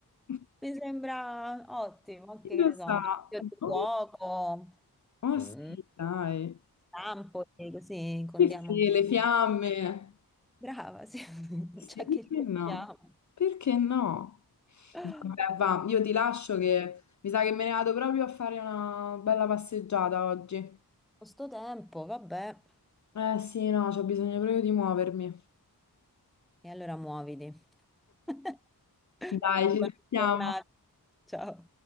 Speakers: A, on the left (about 45°); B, in the centre.
A: <laughs>
B: mi sembra ottimo, anche
A: Chi
B: che
A: lo
B: ne
A: sa?
B: so, un sito di
A: Boh.
B: fuoco,
A: Ah
B: un
A: sì, dai.
B: campo, e così condiamo
A: Sì, sì,
B: un
A: le
B: po'.
A: fiamme.
B: Brava, sì, <laughs>
A: Sì,
B: già
A: perché
B: che ci
A: no?
B: siamo.
A: Perché no?
B: Con
A: Vabbè, va, io ti lascio che mi sa che me ne vado proprio a fare una bella passeggiata oggi.
B: sto tempo, vabbè,
A: Eh sì, no, c'ho bisogno proprio di muovermi.
B: e allora muoviti. <laughs>
A: Dai,
B: Buona
A: ci sentiamo.
B: giornata, ciao.